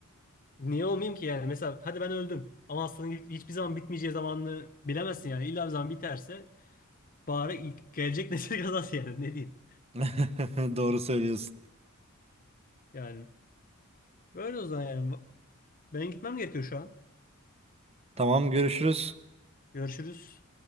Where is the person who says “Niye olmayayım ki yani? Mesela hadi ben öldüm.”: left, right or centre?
Left